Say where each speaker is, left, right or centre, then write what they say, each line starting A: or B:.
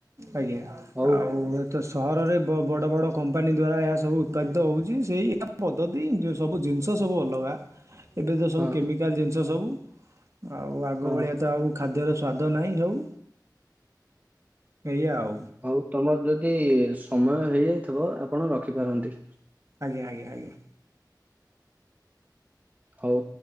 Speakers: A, on the right (about 45°); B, on the right (about 20°).
A: ଆଜ୍ଞା
B: ହଉ
A: ଆଉ ଏ ତ ସହରରେ ବଡ଼ ବଡ଼ କମ୍ପାନୀ ଦ୍ୱାରା ଏହା ସବୁ ଉତ୍ପାଦିତ ହେଉଛି ସେଇ ଏକା ପଦ୍ଧତି ସବୁ ଜିନିଷ ସବୁ ଅଲଗା ଏବେ ତ ସବୁ
B: ହଁ
A: କେମିକାଲ ଜିନିଷ ଜିନିଷ ସବୁ ଆଉ ଆଗ
B: ହଁ
A: ଭଳିଆ ତ ଆଉ ଖାଦ୍ୟର ସ୍ୱାଦ ନାହିଁ ସବୁ ଏଇଆ ଆଉ।
B: ଆଉ ତମର ଯଦ ଯି ସମୟ ହେଇଯାଇଥିବ ଆପଣ ରଖିପାରନ୍ତି।
A: ଆଜ୍ଞା ଆଜ୍ଞା ଆଜ୍ଞା।
B: ହୋଉ